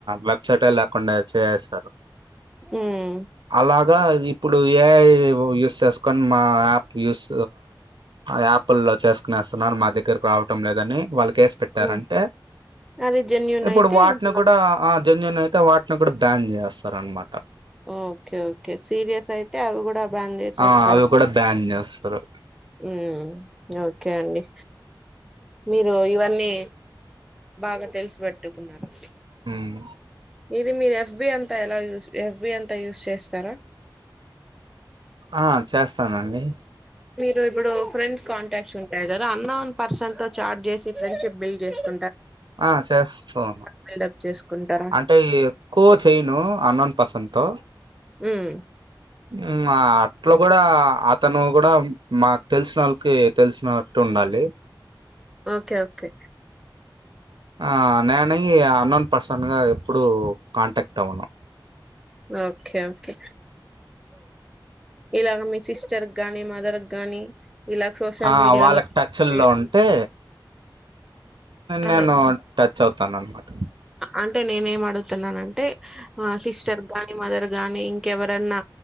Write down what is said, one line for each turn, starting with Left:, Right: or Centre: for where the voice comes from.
Right: వెబ్సైట్ లేకుండా చేస్తారు
Centre: మ్మ్
Right: అలాగా ఇప్పుడు ఏఐ యూస్ చేసు కొన్ మా యాప్ యూస్ యాప్ లో చేసుకునిస్తున్నారు మా దగ్గర టం లేదని వాళ్ళకి కేస్ పెట్టారంటే
Centre: మ్మ్ అది జెన్యూన్
Right: ఇప్పుడు
Centre: అయితే
Right: వాటిని
Centre: ఇంకా
Right: కూడా ఆ జన్యున్ అయితే వాటిని కూడా బ్యాన్ చేస్తారు అనమాట
Centre: ఓకే ఓకే సీరియస్ అయితే అవి కూడా బ్యాన్ చేసేస్తారు
Right: ఆ అవి కూడా బ్యాన్ చేస్తారు
Centre: ఉ ఓకే అండి మీరు ఇవన్నీ బాగా తెలిసి పెట్టుకున్నారు
Right: ఉమ్,
Centre: ఇది మీరు ఎఫ్బి అంతా ఎలా యూస్ ఎఫ్బి అంతా యూస్ చేస్తారా
Right: ఆ చేస్తానండి
Centre: మీరు ఇప్పుడు ఫ్రెండ్స్ కాంటాక్ట్స్ ఉన్ గా అన్నోన్ పర్సెట్ తో చాట్ చేసి ఫ్రెండ్షిప్ బిల్ చేసుక్
Right: ఆ చేస్తాను
Centre: బిల్డప్ చేసుకుంటారా
Right: అంటే ఎక్కువ చేయ్యను అన్నం పసంతో
Centre: ఉమ్
Right: ఉమ్ ఆ అట్లా కూడా అతను కూడా మాకు తెలిసిన ఓళ్ళకి తెలిసినట్టు ఉన్ మళ్ళీ
Centre: ఓకే ఓకే
Right: ఆ నేని అన్నోన్ పర్సన్ గా ఎప్పుడు కాంటాక్ట్ అవ్వను
Centre: ఓకే ఓకే ఇలాగ మీ సిస్టర్కి గాని మదర్కి గాని ఇలా సోషల్
Right: ఆ
Centre: మీడియాలో
Right: వాళ్ళక్ టచ్చ్ ల్లో
Centre: చేయడం
Right: ఉంటే
Centre: ఆహా
Right: నేను టచ్ అవుతాన్ అన్నమాట
Centre: అంటే నేనేం అడుగుతున్నానంటే మా సిస్టర్కి గాని, మదర్ గాని ఇంకెవరన్నా